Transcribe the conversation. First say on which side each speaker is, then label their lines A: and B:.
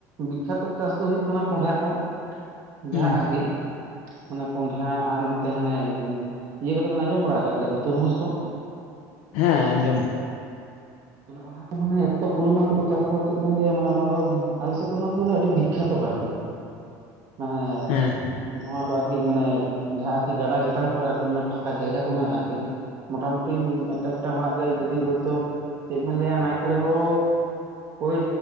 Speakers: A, on the right (about 45°); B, on the left (about 80°).
A: ᱵᱤᱠᱠᱷᱟᱛᱚ ᱪᱟᱥ ᱫᱚ ᱦᱩᱭᱩᱜ ᱠᱟᱱᱟ ᱠᱚᱸᱰᱷᱟ ᱠᱚ ᱡᱟᱦᱟᱸ
B: ᱦᱮᱸ
A: ᱟᱨᱠᱤ ᱢᱟᱱᱮ ᱠᱚᱸᱰᱷᱟ ᱟᱨ ᱱᱚᱛᱮ ᱦᱟᱱᱮ ᱤᱭᱟᱹ ᱠᱚᱫᱚ ᱵᱮᱱ ᱟᱸᱡᱚᱢ ᱵᱟᱲᱟ ᱟᱠᱟᱫ ᱜᱮᱭᱟ ᱛᱚ ᱛᱩᱨᱢᱩᱡᱽ ᱠᱚ
B: ᱦᱮᱸ ᱟᱸᱡᱚᱢ
A: ᱚᱱᱮ ᱚᱱᱟ ᱢᱟᱱᱮ ᱮᱛᱚ ᱯᱚᱨᱤᱢᱟᱱ ᱛᱮᱠᱚ ᱪᱟᱥᱟᱚ ᱪᱮᱫ ᱵᱮᱱ ᱞᱟᱹᱭᱟ ᱢᱟᱱᱮ ᱚᱱᱟᱫᱚ ᱟᱞᱮᱥᱮᱫ ᱫᱚ ᱚᱱᱟ ᱫᱚ ᱢᱟᱱᱮ ᱟᱹᱰᱤ ᱵᱤᱠᱠᱷᱟᱛᱚ ᱟᱨᱠᱤ ᱢᱟᱱᱮ
B: ᱦᱮᱸ
A: ᱱᱚᱣᱟ ᱠᱚ ᱟᱨᱠᱤ ᱢᱟᱱᱮ ᱡᱟᱦᱟᱸ ᱟᱨᱠᱤ ᱜᱟᱰᱟ ᱪᱮᱛᱟᱱ ᱠᱚᱨᱮ ᱟᱨᱠᱤ ᱢᱟᱱᱮ ᱯᱷᱟᱸᱠᱟ ᱡᱟᱭᱜᱟ ᱠᱚ ᱢᱮᱱᱟᱜᱼᱟ ᱟᱨᱠᱤ ᱢᱚᱴᱟᱢᱩᱴᱤ ᱢᱤᱫᱴᱟᱝ ᱢᱤᱫᱴᱟᱝ ᱦᱚᱲᱟᱜ ᱜᱮ ᱡᱩᱫᱤ ᱦᱚᱭᱛᱳ ᱪᱮᱫ ᱵᱮᱱ ᱞᱟᱹᱭᱟ ᱱᱟᱭ ᱠᱚᱨᱮ ᱦᱚᱸ ᱯᱳᱭ